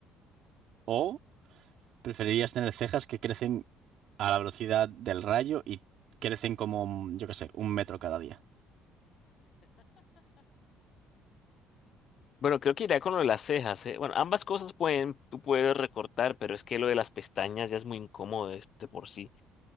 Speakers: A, on the right; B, on the left.
A: o preferirías tener cejas que crecen a la velocidad del rayo y crecen como, mm, yo qué sé, un metro cada día?
B: Bueno, creo que iría con lo de las cejas, ¿eh? Bueno, ambas cosas pueden, tú puedes recortar, pero es que lo de las pestañas ya es muy incómodo de, de por sí.